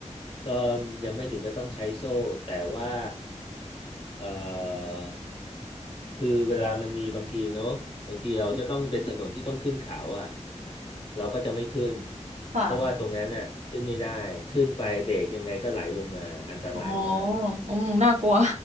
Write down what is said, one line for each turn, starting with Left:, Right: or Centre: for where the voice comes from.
Left: ก็ยังไม่ถึงกับต้องใช้โซ่แต่ว่าเอ่อคือเวลามันมีบางทีเนอะบางทีเราจะต้องเป็นถนนที่ต้องขึ้นเขาอ่ะเราก็จะไม่ขึ้น
Right: ค่ะ
Left: เพราะว่าตรงนั้นน่ะขึ้นไม่ได้ขึ้นไปเบรกยังไงก็ไหลลงมาอันตรายมาก
Right: โอ้อืมน่ากลัว